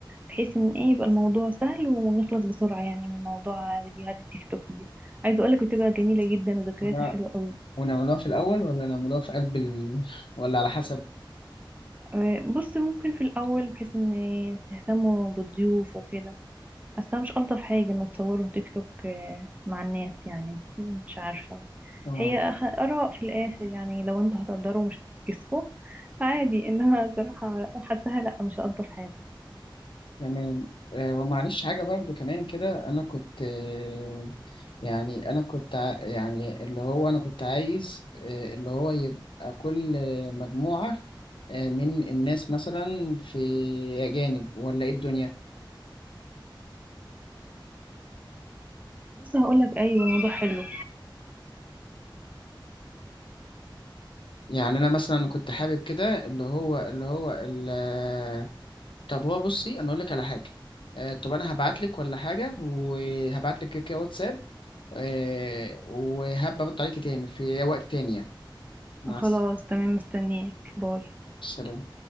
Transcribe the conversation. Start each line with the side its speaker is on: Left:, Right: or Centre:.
Right: بحيث ان ايه يبقى الموضوع سهل ونخلص بسرعة يعني من موضوع فيديوهات التيك توك دي عايزة اقولك بتبقى جميلة جدا وذكرياتها
Left: ولا
Right: حلوة قوي
Left: ونعملوها في الأول ولا نعملوها في قلب ال... ولا على حسب
Right: آه، بص ممكن في الاول بحيث ان تهتموا بالضيوف وكده حاسة مش ألطف حاجة إنه تصوره تيك توك آه، مع الناس يعني مم، مش عارفة
Left: اه
Right: هي أخ- آراء في الآخر يعني لو انتوا هتقدروا مش هتتكسفوا عادي إنما صراحة حاساها لأ مش ألطف حاجة
Left: يعني آه، ومعلش حاجة برضه كمان كده أنا كنت آه، يعني أنا كنت ع- يعني اللي هو أنا كنت عايز آه، اللي هو يبقى كل آه، مجموعة آه، من الناس مثلا في أجانب ولا إيه الدنيا
Right: بس هقولك أيوة الموضوع حلو
Left: يعني أنا مثلا كنت حابب كده اللي هو اللي هو ال... آه، طب هو بصي أنا أقول لك على حاجة آه، طب أنا هبعت لك ولا حاجة وهبعت لك كده واتساب آه، وهبقى ارد عليكي تاني في وقت تاني يعني مع الس-
Right: خلاص تمام مستنياك باي
Left: السلامة